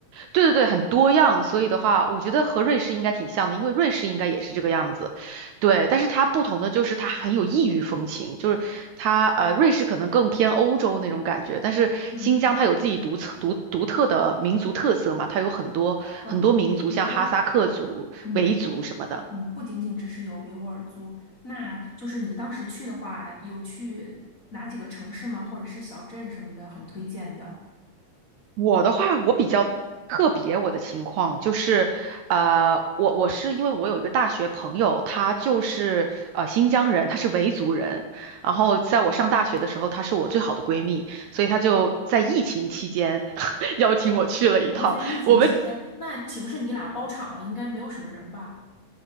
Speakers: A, on the right (about 75°); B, on the left (about 60°).
A: 对对对，很多样，所以的话，我觉得和瑞士应该挺像的，因为瑞士应该也是这个样子，对。但是它不同的就是它很有异域风情，就是它呃，瑞士可能更偏欧洲那种感觉，但是新疆它有自己独特独独特的民族特色嘛，
B: 嗯。
A: 它有很多很多民族，
B: 哦，维维吾，
A: 像哈萨克族、
B: 嗯，
A: 维族什么的。
B: 不，嗯，不仅仅只是有维吾尔族，那就是你当时去的话，有去哪几个城市吗？或者是小镇什么的，很推荐的。
A: 我的话，我比较特别，我的情况就是，呃，我我是因为我有一个大学朋友，他就是呃新疆人，他是维族人，然后在我上大学的时候，她是我最好的闺蜜，所以她就在疫情期间 <laughs> 邀请我去了一趟，
B: 哇，你在疫情期间，
A: 我们。
B: 那岂不是你俩包场了？应该没有什么人吧？